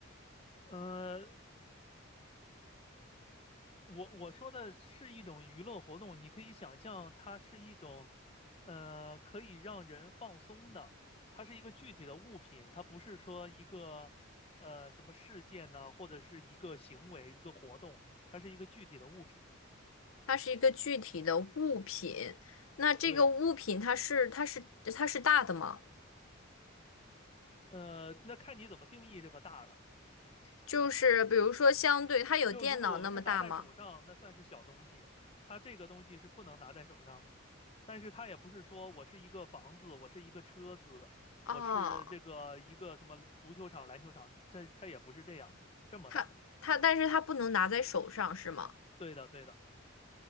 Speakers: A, on the left; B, on the left.
A: 呃，我我说的是一种娱乐活动，你可以想象它是一种，呃，可以让人放松的，它是一个具体的物品，它不是说一个，呃，什么事件呢，或者是一个行为、一个活动，它是一个具体的物品。
B: 它是一个具体的物品。那这个物品它是它是它是大的吗？
A: 对，呃，那看你怎么定义这个大了。
B: 就是比如说，相对它有电脑那么大吗？
A: 就如果我们是拿在手上，那算是小东西，它这个东西是不能拿在手上的。但是它也不是说我是一个房子，我是一个车子，
B: 哦，
A: 我是这个一个什么足球场、篮球场，这它也不是这样的，这么大的。
B: 它它，但是它不能拿在手上是吗？
A: 对的，对的，